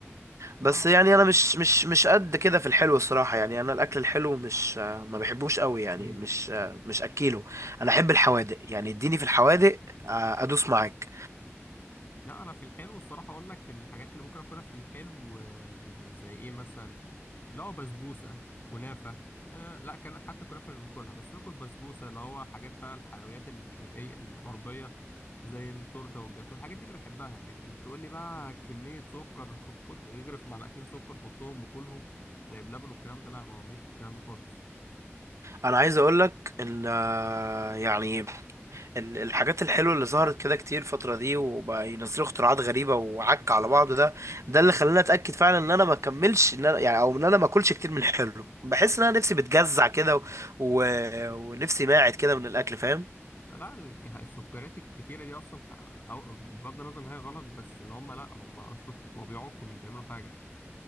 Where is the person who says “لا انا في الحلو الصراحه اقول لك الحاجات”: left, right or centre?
Left